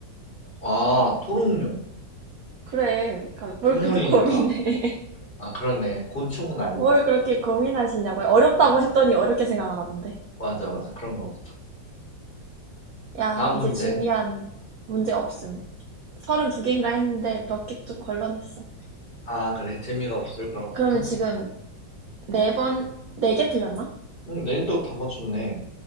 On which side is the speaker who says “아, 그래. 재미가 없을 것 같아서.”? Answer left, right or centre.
Left